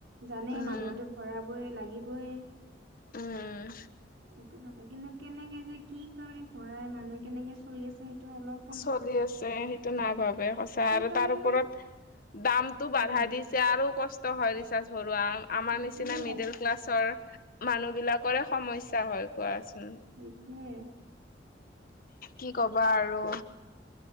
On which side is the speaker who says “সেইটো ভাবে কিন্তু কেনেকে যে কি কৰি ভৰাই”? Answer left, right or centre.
Right